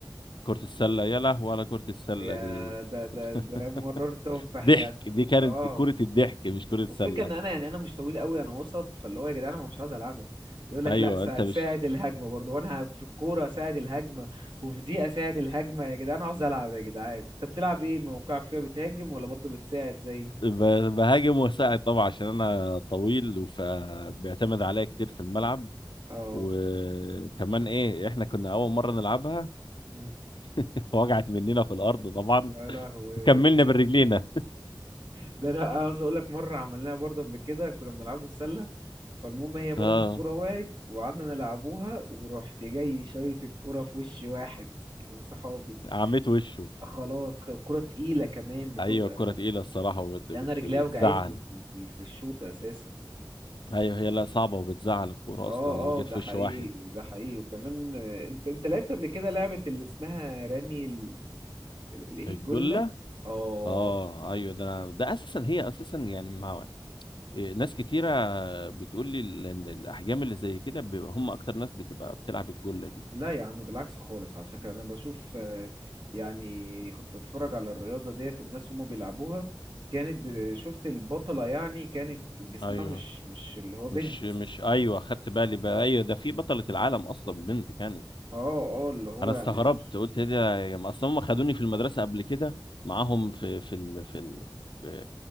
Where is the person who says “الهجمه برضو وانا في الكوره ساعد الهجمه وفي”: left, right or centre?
Right